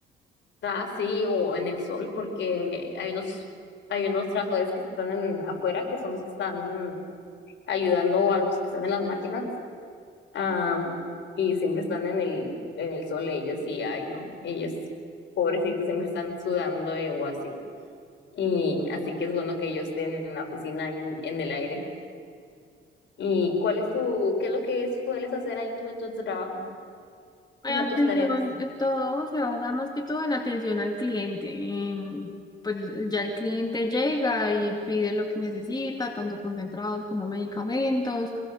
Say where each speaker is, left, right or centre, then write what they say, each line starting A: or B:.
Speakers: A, on the left (about 65°); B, on the left (about 20°).
A: Ah, sí, o en el sol, porque hay unos, hay unos trabajadores que están en- afuera, que son los que están ayudando a los que están en las máquinas, am, y siempre están en el, en el sol ellos, y ay, no, ellos, pobrecitos, siempre están sudando eh, o así. Y así que es bueno que ellos estén en la oficina y en, en el aire. ¿Y cuál es tu, qué es lo que sueles hacer ahí tú en tu, en tu trabajo?
B: Hay
A: O sea,
B: atención,
A: tus tareas.
B: eh, todo se basa más que todo en atención al cliente. en, pues ya el cliente llega y pide lo que necesita, tanto concentrados como medicamentos,